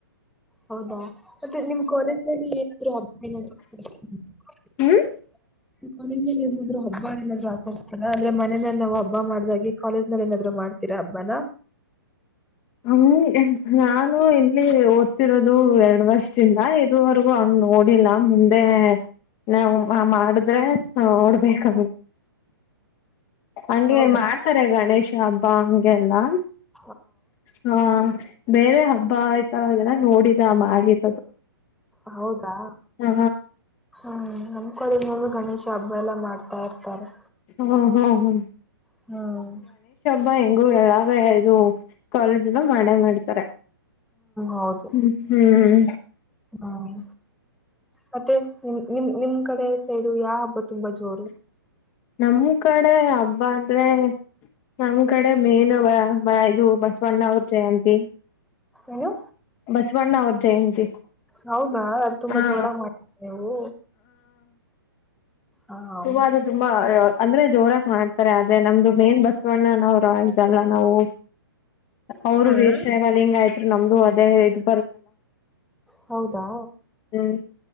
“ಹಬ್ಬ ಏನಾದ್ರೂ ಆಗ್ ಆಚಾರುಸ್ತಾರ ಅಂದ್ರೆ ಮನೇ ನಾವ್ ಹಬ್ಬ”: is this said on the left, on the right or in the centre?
Centre